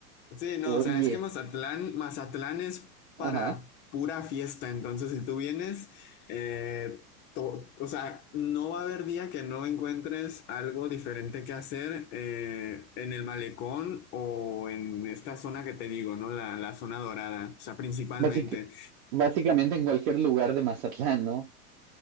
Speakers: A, on the left; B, on the right.
A: Sí, no,
B: Oye,
A: o sea, es que Mazatlán, Mazatlán es para
B: ajá.
A: pura fiesta, entonces si tú vienes, eh, to- o sea, no va a haber día que no encuentres algo diferente que hacer eh, en el malecón o en esta zona que te digo, ¿no? La, la zona dorada, o sea, principalmente.
B: Básic- básicamente en cualquier lugar de Mazatlán, ¿no?